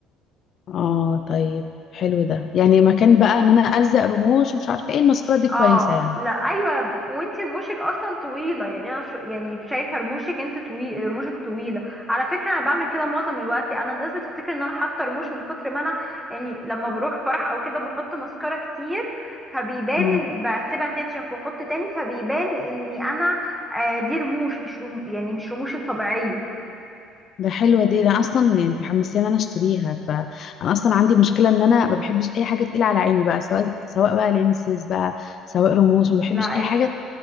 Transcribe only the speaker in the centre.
اه
لا ايوه وانتي رموشك اصلا طويله يعني انا شو يعني شايفه رموشك انت طويل رموشك طويله على فكره انا بعمل كده معظم الوقت انا الناس بتفتكر ان انا حاطه رموش من كتر ما انا يعني لما بروح فرح او كده بحط ماسكارا كتير فبيبان
إن- بسيبها تنشف واحط تاني فبيبان اني انا آه، دي رموش مش رم... يعني مش رموش الطبيعيه
لا